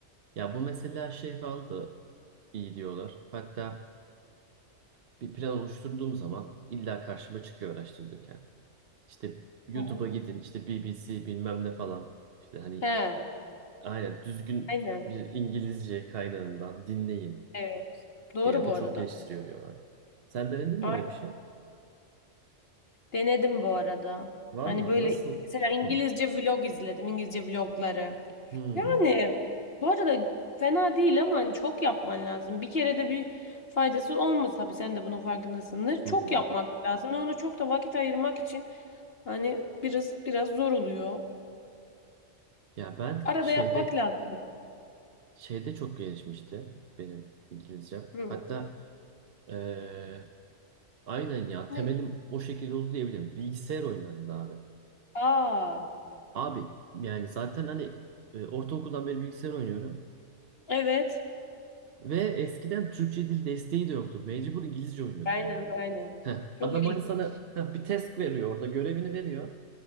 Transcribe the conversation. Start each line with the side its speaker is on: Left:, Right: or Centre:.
Right: Ya bu mesela şey falan da iyi diyorlar. Hatta bir plan oluşturduğum zaman illa karşıma çıkıyor araştırırken. İşte YouTube'a
Left: Hı hı.
Right: gidin, işte BBC bilmem ne falan. İşte hani
Left: He,
Right: aynen düzgün
Left: aynen.
Right: bir İngilizce kaynağından dinleyin.
Left: Evet. Doğru
Right: diye. O
Left: bu
Right: da çok
Left: arada.
Right: geliştiriyor diyorlar. Sen denedin
Left: Ay-
Right: mi öyle bir şey?
Left: Denedim bu arada.
Right: Valla
Left: Hani böyle
Right: nasıl?
Left: mesela İngilizce
Right: Hı.
Left: vlog izledim. İngilizce vlogları.
Right: Hı.
Left: Yani bu arada fena değil ama hani çok yapman lazım. Bir kere de bir faydası olmaz tabii sen de bunun farkındasındır. Çok
Right: Hı hı.
Left: yapmak lazım ve ona çok da vakit ayırmak için hani biraz biraz zor oluyor.
Right: Ya ben
Left: Arada
Right: şeyde
Left: yapmak lazım.
Right: şeyde çok gelişmişti benim İngilizcem.
Left: Hı.
Right: Hatta eee, aynen ya
Left: Ne?
Right: temelim o şekilde oldu diyebilirim. Bilgisayar oyunlarında abi.
Left: Aa,
Right: Abi yani zaten hani e, ortaokuldan beri bilgisayar oynuyorum.
Left: evet.
Right: Ve eskiden Türkçe dil desteği de yoktu. Mecbur İngilizce oynuyordun
Left: Aynen
Right: yani.
Left: aynen.
Right: Heh,
Left: Çok
Right: adam
Left: ilginç.
Right: hani sana heh, bir task veriyor orada görevini veriyor.